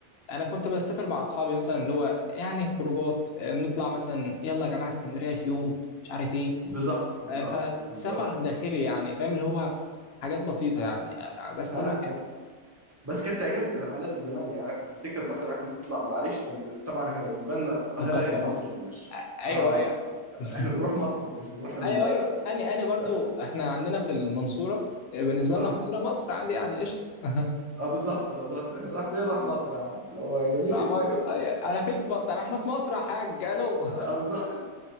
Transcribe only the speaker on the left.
انا كنت بسافر مع اصحابي مثلا اللي هو يعني خروجات آه، نطلع مثلا يلا يا جماعه اسكندريه في يوم مش عارف ايه
آه،
فسفر داخلي يعني فاهم اللي هو حاجات بسيطه يعني آه، بس
لما
القاهره
ايوه
ايوه <laughs>
ايوه ايوه اني اني برضو
احنا عندنا في المنصوره آه، بالنسبه
لنا القاهره مصر عادي يعني قشطه <laughs>
مع مصر أيوة. انا فين ف... طب احنا في مصر يا حاج الو